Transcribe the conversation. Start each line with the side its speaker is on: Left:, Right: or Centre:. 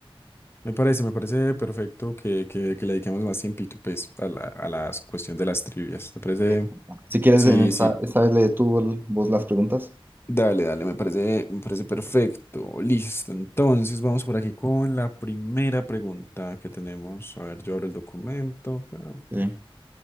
Left: Me parece, me parece perfecto que, que, que le dediquemos más tiempito, pues, a la, a la cuestión de las trivias. ¿Te parece?
Right: Eh, Si quieres,
Left: Sí,
Right: en esta,
Left: sí.
Right: esta vez lee tú el- vos las preguntas.
Left: Dale, dale, me parece, me parece perfecto. Listo. Entonces, vamos por aquí con la primera pregunta que tenemos. A ver, yo abro el documento. pero-
Right: Sí.